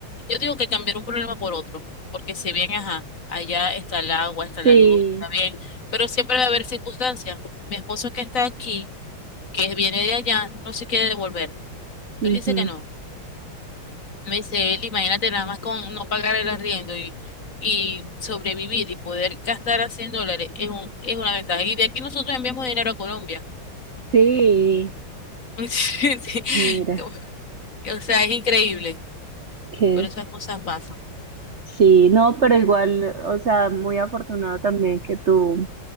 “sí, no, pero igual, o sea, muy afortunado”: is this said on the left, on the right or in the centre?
Right